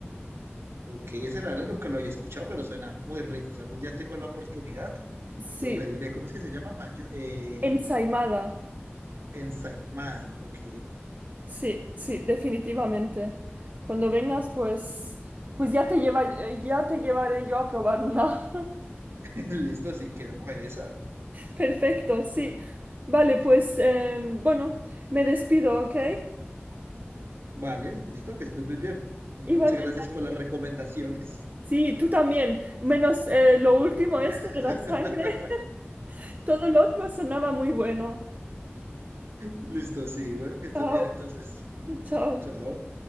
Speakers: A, on the right (about 75°); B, on the right (about 40°).
A: Ok, ese la verdad nunca lo había escuchado, pero suena muy rico. Si algún día tengo la oportunidad,
B: Sí,
A: Lo pediré. ¿Cómo es que se llama? Mayo- eh,
B: ensaimada.
A: ensaimada. Ok.
B: Sí, sí, definitivamente. Cuando vengas, pues, pues ya te lleva, eh, ya te llevaré yo a probar una. <laughs>
A: <laughs> Listo, así quedamos en esa.
B: Perfecto, sí. Vale, pues, em, bueno, me despido, ¿ok?
A: Vale, listo, que estés muy bien. Y
B: Igualmente.
A: muchas gracias por las recomendaciones.
B: Sí, tú también. Menos eh, lo último, esto
A: <laughs>
B: de la sangre. <laughs> Todo lo otro sonaba muy bueno.
A: Listo, sí. Bueno, que estés
B: Chao,
A: bien entonces.
B: chao.
A: Chao.